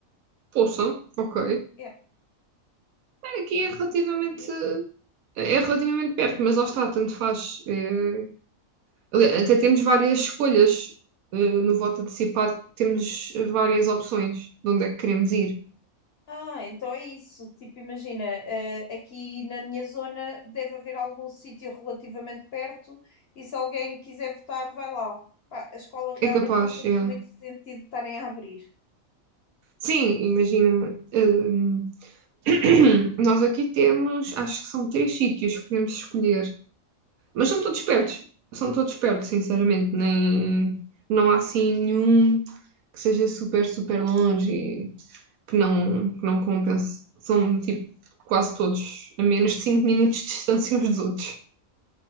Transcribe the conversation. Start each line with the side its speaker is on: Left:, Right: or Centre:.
Right: Poça, ok.
Left: É,
Right: É, Aqui é relativamente.
Left: não sabia.
Right: É relativamente perto, mas lá está, tanto faz. É, Ali- Até temos várias escolhas. eh, no voto antecipado temos várias opções de onde é que queremos ir.
Left: Ah, então é isso. Tipo, imagina, eh, aqui na minha zona deve haver algum sítio relativamente perto e se alguém quiser votar, vai lá. Pá, a escola realmente
Right: É capaz,
Left: não fazia
Right: é.
Left: muito sentido estarem a abrir.
Right: Sim, imagina. hum, <clears throat> nós aqui temos, acho que são três sítios que podemos escolher, mas são todos perto. São todos perto, sinceramente. Nem, não há assim nenhum que seja super, super longe e que não, que não compense. São tipo quase todos a menos de 5 minutos de distância uns dos outros.